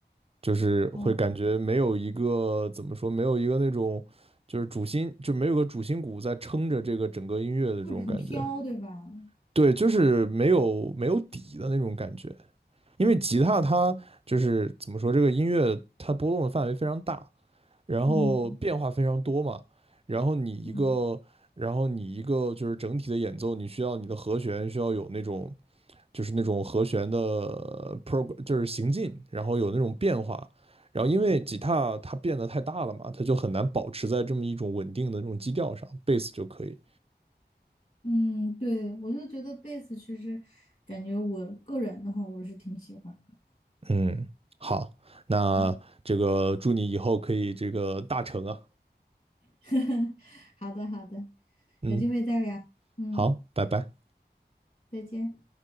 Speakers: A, on the right (about 35°); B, on the left (about 40°).
A: 就是会感觉没有一个怎么说，
B: 哦，
A: 没有一个那种就是主心，就没有个主心骨在撑着这个整个音乐的这种感觉。
B: 会很飘，对吧？
A: 对，就是没有没有底的那种感觉，因为吉他它就是怎么说，这个音乐它波动的范围非常大，然后变化非常多嘛，
B: 嗯
A: 然后你一个，
B: 嗯
A: 然后你一个就是整体的演奏，你需要你的和弦需要有那种，就是那种和弦的 p r o 就是行进，然后有那种变化，然后因为吉他它变得太大了嘛，它就很难保持在这么一种稳定的这种基调上，贝斯就可以。
B: 嗯，对，我就觉得贝斯其实感觉我个人的话，我是挺喜欢的。
A: 嗯，好，那这个祝你以后可以这个大成啊，
B: 嗯，<laughs> 好的好的，
A: 嗯。
B: 有机会再聊。嗯，
A: 好，拜拜。
B: 再见。